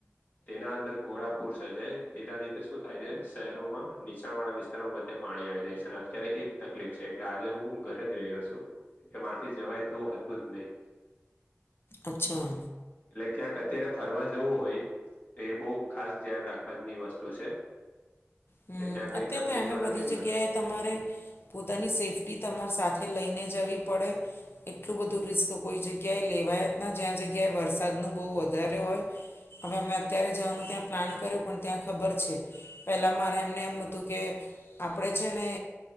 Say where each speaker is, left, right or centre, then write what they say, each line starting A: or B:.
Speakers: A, on the left; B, on the left.
A: તેના અંદર ઘોડાપુર સર્જાય તેના લીધે શું થાય છે શહેરોમાં નીચાણ વાળા વિસ્તારમાં બધે પાણી આવી જાય છે ને અત્યારે એજ તકલીફ છે એટલે આજે હું ઘરે જ રહ્યો છું કે માર થી જવાય તેવું હતું જ નહી
B: અચ્છા
A: લે કે અત્યારે ફરવા જેવું હોય એ બહ ખાસ ધ્યાન રાખવાની વસ્તુ છે.
B: હમ્મ
A: કે ત્યાં કઈ
B: અત્ય
A: તકલીફ
B: તો અમે
A: નથી
B: બધી
A: ને
B: જગ્યાએ તમારે પોતાની સેફ્ટી તમાર સાથે લઈને જવી પડે એટલું બધું રિસ્ક કોઈ જગ્યાએ લેવાયા જ ના જ્યાં જગ્યાએ વરસાદનું બહુ વધારે હોય હવે અમે અત્યારે જવાનું ત્યાં પ્લાન કર્યું પણ ત્યાં ખબર છે પેલા અરે એમને એમ હતું કે આપણે છે ને